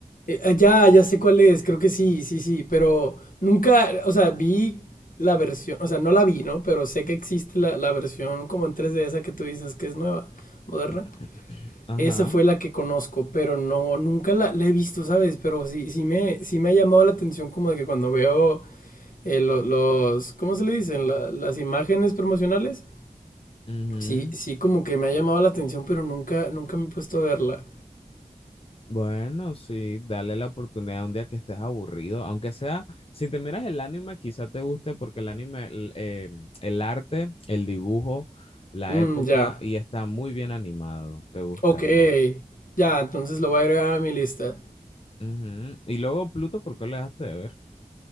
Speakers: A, on the left; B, on the left.
A: Eh, ah, ya, ya sé cuál es, creo que sí, sí, sí, pero nunca, o sea, vi la versión, o sea, no la vi, ¿no? Pero sé que existe la, la versión como en tres d esa que tú dices que es nueva, moderna.
B: <clears throat> Ajá.
A: Esa fue la que conozco, pero no, nunca la, la he visto, ¿sabes? Pero sí, sí me, sí me ha llamado la atención como de que cuando veo eh, lo- los, ¿cómo se le dicen? La- las imágenes promocionales,
B: ujú.
A: sí, sí como que me ha llamado la atención, pero nunca, nunca me he puesto a verla.
B: Bueno, sí, dale la oportunidad un día que estés aburrido, aunque sea, si te miras el anime, quizá te guste porque el anime, el, eh, el arte, el dibujo, la
A: Mm,
B: época,
A: ya.
B: y está muy bien animado, te gustaría.
A: Ok, ya, entonces lo voy a agregar a mi lista.
B: Ujú. Y luego Pluto, ¿por qué lo dejaste de ver?